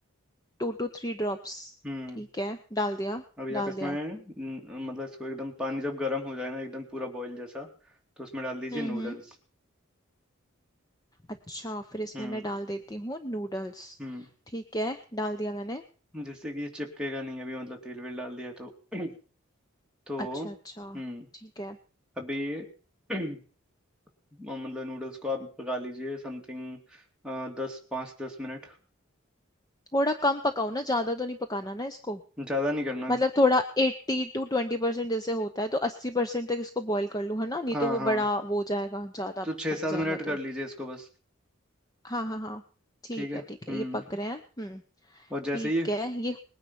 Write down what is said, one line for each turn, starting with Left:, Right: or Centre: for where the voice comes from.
Left: Two two three drops
Centre: हम्म
Left: ठीक है डाल दिया
Centre: अभी आप
Left: डाल
Centre: इसमें
Left: दिया
Centre: न- मतलब इसको एकदम पानी जब गर्म हो जाए ना एकदम पूरा बॉईल जैसा तो उसमें डाल दीजिए
Left: हम्म
Centre: नूडल्स
Left: हम्म। अच्छा फिर इसमें
Centre: हम्म
Left: मैं डाल देती हूँ नूडल्स
Centre: हम्म
Left: ठीक है डाल दिया मैंने
Centre: जिससे कि ये चिपकेगा नहीं अभी मतलब तेल वेल डाल दिया तो <clears throat> तो
Left: अच्छा अच्छा
Centre: हम्म
Left: ठीक है
Centre: अभी ये <clears throat> और मतलब नूडल्स को आप पका लीजिए समथिंग दस पाँच दस मिनट
Left: थोड़ा कम पकाओ ना ज्यादा तो नहीं पकाना ना इसको
Centre: ज़्यादा नहीं करना
Left: मतलब थोड़ा एट्टी टू ट्वेंटी परसेंट जैसे होता है तो अस्सी परसेंट तक इसको बॉईल कर लूँ है ना नहीं
Centre: हाँ
Left: तो वो
Centre: हाँ
Left: बड़ा वो हो जाएगा ज्यादा
Centre: तो छः
Left: पक
Centre: सात
Left: जाएगा
Centre: मिनट
Left: तो
Centre: कर लीजिए इसको बस
Left: हाँ हाँ हाँ ठीक
Centre: ठीक है
Left: है ठीक
Centre: हम्म
Left: है ये पक रहे हैं हम्म
Centre: और जैसे
Left: ठीक
Centre: ही
Left: है ये